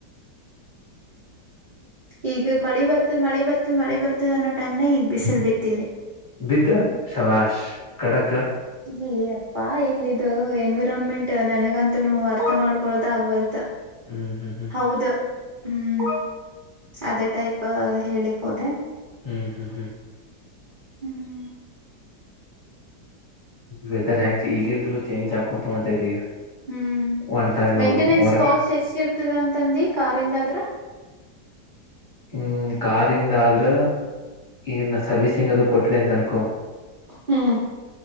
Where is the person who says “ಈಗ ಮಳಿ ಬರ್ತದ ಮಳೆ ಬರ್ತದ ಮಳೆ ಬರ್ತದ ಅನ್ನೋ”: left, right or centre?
Right